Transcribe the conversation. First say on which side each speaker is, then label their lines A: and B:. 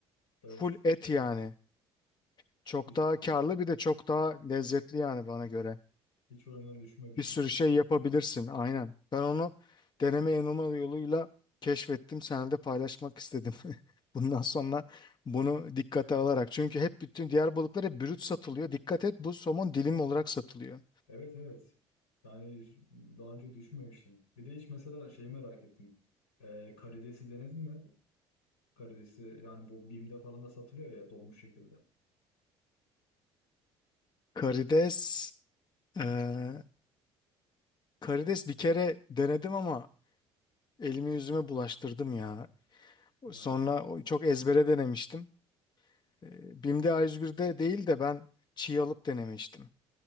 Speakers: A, on the left; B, on the left.
A: Evet.
B: Full et yani. Çok
A: Hiç,
B: daha karlı bir de çok daha lezzetli yani bana göre.
A: hiç o yönden düşünmemiştim.
B: Bir sürü şey yapabilirsin
A: Mantıklı.
B: aynen. Ben onu deneme yanılma yoluyla keşfettim. Seninle de paylaşmak istedim. <laughs> Bundan sonra bunu dikkate alarak. Çünkü hep bütün diğer balıklar hep brüt satılıyor. Dikkat et bu somon dilim olarak satılıyor.
A: Evet evet. Yani hiç- daha önce düşünmemiştim. Bir de hiç mesela şeyi merak ettim. E, karidesi denedin mi? karidesi yani bu Bim'de falan da satılıyor ya donmuş şekilde.
B: Karides, eee, Karides bir kere denedim ama elimi yüzüme bulaştırdım ya.
A: Ya,
B: Sonra o- çok ezbere denemiştim. Ee, Bim'de A101'de değil de ben çiğ alıp denemiştim.